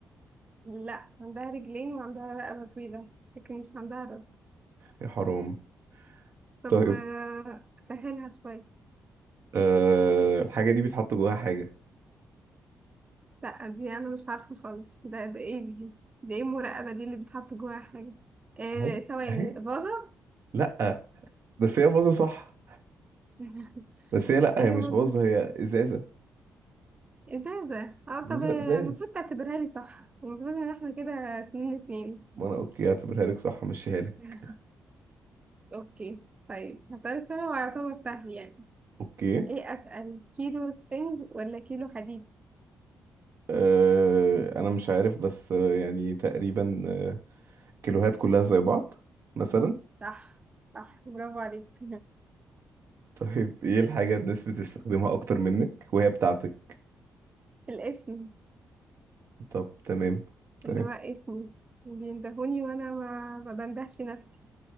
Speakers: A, on the right (about 25°); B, on the right (about 55°).
A: لا عندها رجلين وعندها رقبة طويلة لكن مش عندها راس
B: يا حرام
A: طب
B: طيب
A: آه، سهلها شوية
B: أه الحاجة دي بيتحط جواها حاجة
A: لا دي أنا مش عارفة خالص ده ده ايه دي ده ايه المراقبة دي اللي بتحط جواها حاجة إيه
B: اهي
A: ثواني
B: اهي
A: فازة
B: لأ بس هي باظة صح
A: <laughs>
B: بس هي لأ
A: أيوة
B: هي مش باظة
A: فازة
B: هي إزازة
A: إزازة اه طب
B: إزازة
A: آه،
B: إزاز
A: المفروض تعتبرها لي صح المفروض إن احنا كده اتنين اتنين
B: ما أنا أوكي هعتبرها لك صح همشيها لك
A: <laughs> اوكي طيب هسألك سؤال هو يعتبر سهل يعني
B: أوكي
A: ايه اتقل كيلو سفنج ولا كيلو حديد
B: أه أنا مش عارف بس آه، يعني تقريبا آه، كيلوهات كلها زي بعض مثلا
A: صح صح برافو عليك
B: طيب إيه الحاجة الناس بتستخدمها أكتر منك وهي بتاعتك
A: <laughs> الاسم
B: طب تمام تمام
A: اللي هو اسمي بيندهوني وانا ما, ما بندهش نفسي